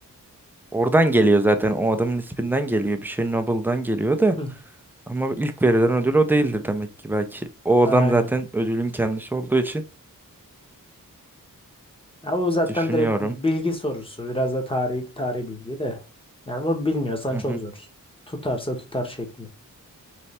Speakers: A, in the centre; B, on the left.
A: oradan geliyor zaten. O adamın isminden geliyor. Bir şey Nobel'dan geliyor da.
B: Hı,
A: Ama ilk verilen ödül o değildir demek ki. Belki o
B: Aynen.
A: adam zaten ödülün kendisi olduğu için
B: Ya bu zaten
A: düşünüyorum.
B: direkt bilgi sorusu. Biraz da tarih, tarih bilgi de. Yani bunu bilmiyorsan
A: Hı
B: çok
A: hı.
B: zor. Tutarsa tutar şekli.